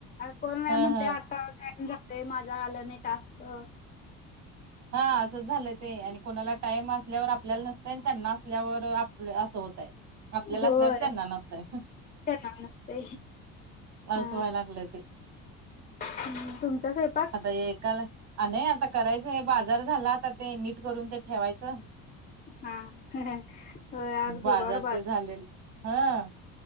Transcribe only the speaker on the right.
हा
हा
हा असंच झालंय ते आणि कोणाला टाइम असल्यावर आपल्याला नसतय आणि त्यांना असल्यावर आपलं असं होतय आपल्याला
असल्यावर त्यांना नसतय
असं
व्हायला लागलंय ते
आता एकाला आणि आता करायच- बाजार झाला आता ते नीट करून ते ठेवायचं.
बाजार
ते झालेलं. हा